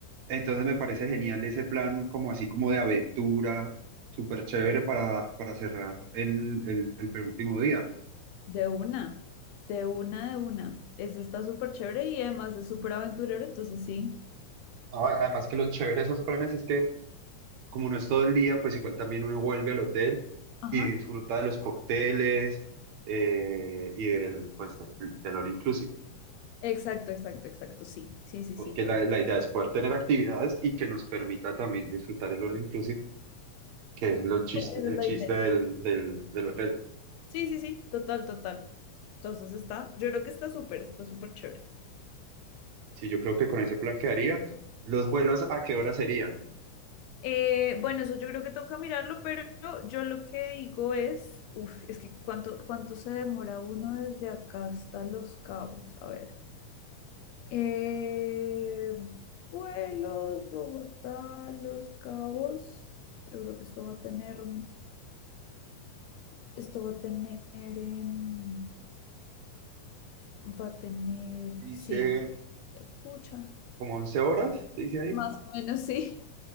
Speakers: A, on the right (about 70°); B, on the left (about 80°).
A: Entonces me parece genial ese plan, como así como de aventura, súper chévere para, para cerrar el, el, el penúltimo día.
B: De una, de una, de una. Eso está súper chévere y además es súper aventurero, entonces sí.
A: Ah, Además que lo chévere de esos planes es que como no es todo el día, pues igual también uno vuelve al hotel
B: Ajá.
A: y disfruta de los cócteles eh, y del, pues, del del all inclusive.
B: Exacto, exacto, exacto, sí. Sí, sí,
A: porque
B: sí, total.
A: la, la idea es poder tener actividades y que nos permita también disfrutar el all inclusive, que es lo chiste,
B: Esa
A: el
B: es la
A: chiste
B: idea.
A: del, del, del hotel.
B: Sí, sí, sí, total, total. Entonces está, yo creo que está súper, está súper chévere.
A: Sí, yo creo que con ese plan quedaría. ¿Los vuelos a qué hora serían?
B: Eh, bueno, eso yo creo que toca mirarlo, pero yo lo que digo es, uf, es que cuánto, cuánto se demora uno desde acá hasta Los Cabos. A ver. Eh, vuelos, Bogotá, Los Cabos. Yo creo que esto va a tener, esto va a tener, em, va a tener,
A: Dice
B: sí, pucha,
A: como 11 horas, dice ahí.
B: más o menos sí,